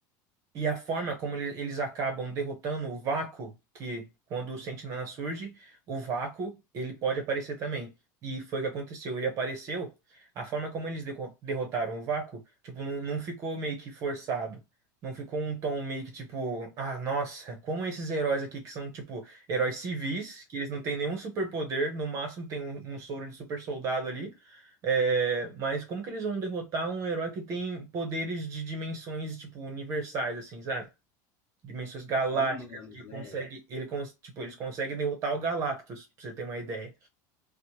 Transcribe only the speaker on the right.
e a forma como ele- eles acabam derrotando o vácuo, que quando o Sentinela surge, o vácuo, ele pode aparecer também. E foi o que aconteceu. Ele apareceu, a forma como eles deco- derrotaram o vácuo, tipo, não, não ficou meio que forçado. Não ficou um tom meio que tipo, ah, nossa, como esses heróis aqui que são, tipo, heróis civis, que eles não têm nenhum superpoder, no máximo tem um, um soro de super soldado ali. É, mas como que eles vão derrotar um herói que tem poderes de dimensões, tipo, universais, assim, sabe? Dimensões galácticas,
que
consegue, ele, cons- tipo, eles conseguem derrotar o Galactus, pra você ter uma ideia.